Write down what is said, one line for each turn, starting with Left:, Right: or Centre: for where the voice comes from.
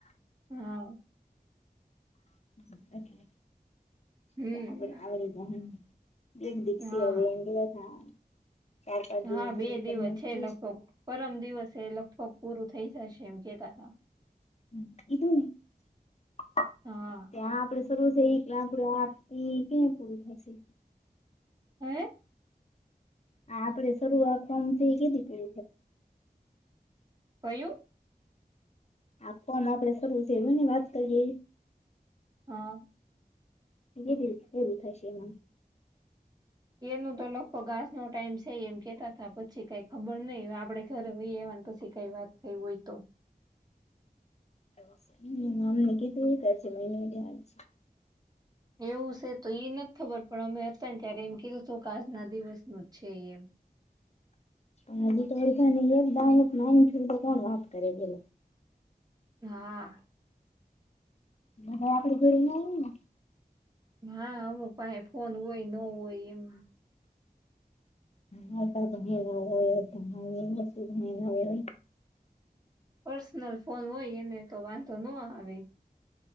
Right: હા
Left: <unintelligible>
Right: હમ્મ
Left: <unintelligible>
Right: હા.
Left: દિ
Right: હા
Left: માં પૂરું
Right: બે દિવસ
Left: કરી નાખવું
Right: છે લગભગ, પરમ દિવસ એ લગભગ પૂરું થઇ જશે એમ કેતાતા.
Left: કીધું <unintelligible> ત્યાં
Right: હા
Left: આપડે <inaudible> <unintelligible>
Right: હે
Left: આ આપડે શરૂઆત ફોર્મથી કીધી પે
Right: કયું
Left: આપવામાં આપણે શરૂ ની વાત કરી
Right: હા.
Left: <unintelligible> થશે હા.
Right: એનું તો લગભગ આજ નો ટાઈમ છે એમ કેતા હતા પછી કઈ ખબર નહિ આપડે ઘરે વહી એવાનું તો ઈ કઈ વાત થઈ હોય તો
Left: <unintelligible>
Right: એવું છે તો એ નથી ખબર પણ અમે હતા ને ત્યારે એમ કીધું હતું કે આજના દિવસનું જ છે એમ
Left: પણ હજી <unintelligible>
Right: હા.
Left: હવે આપડી જોડે ના હોય ને
Right: હા અમુક પાહે ફોન હોય નો હોય એવું
Left: હાલકા ભણેલા હોય ભલા હોય
Right: પર્સનલ ફોન હોય એને તો વાંધો નો આવે